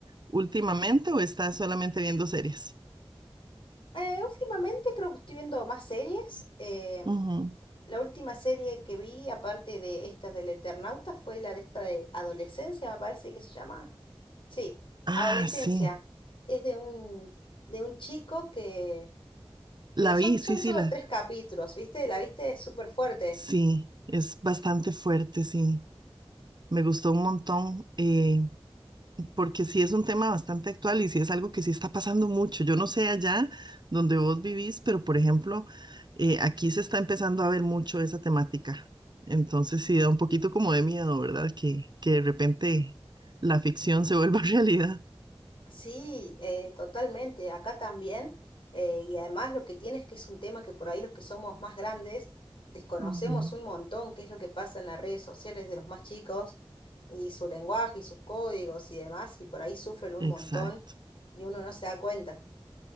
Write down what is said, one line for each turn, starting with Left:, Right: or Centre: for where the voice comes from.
Right: últimamente o estás solamente viendo series?
Left: Eh, últimamente creo que estoy viendo más series. eh,
Right: Ujú.
Left: la última serie que vi, aparte de esta del Eternauta, fue la de esta de Adolescencia, me parece que se llama. Sí,
Right: Ah,
Left: Adolescencia.
Right: sí.
Left: Es de un, de un chico que...
Right: La
Left: que son,
Right: vi,
Left: son
Right: sí, sí,
Left: solo
Right: la,
Left: tres capítulos, ¿viste? La viste súper fuertes.
Right: sí, es bastante fuerte, sí. Me gustó un montón, eh, porque sí es un tema bastante actual y sí es algo que sí está pasando mucho. Yo no sé allá donde vos vivís, pero por ejemplo, eh, aquí se está empezando a ver mucho esa temática. Entonces sí da un poquito como de miedo, ¿verdad? Que, que de repente la ficción se vuelva <laughs> realidad.
Left: Sí, eh, totalmente, acá también. eh, y además lo que tiene es que es un tema que por ahí los que somos más grandes desconocemos
Right: Ujú,
Left: un montón qué es lo que pasa en las redes sociales de los más chicos y su lenguaje y sus códigos y demás, y por ahí sufren un
Right: Exacto.
Left: montón y uno no se da cuenta.